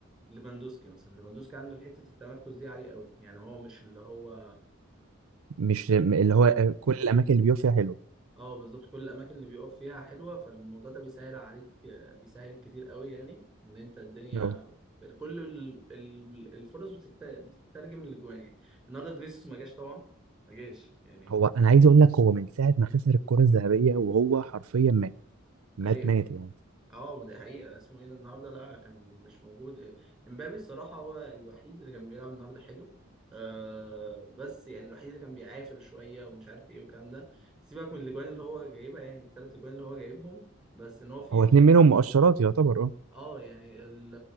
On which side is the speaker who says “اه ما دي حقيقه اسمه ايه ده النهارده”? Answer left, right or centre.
Centre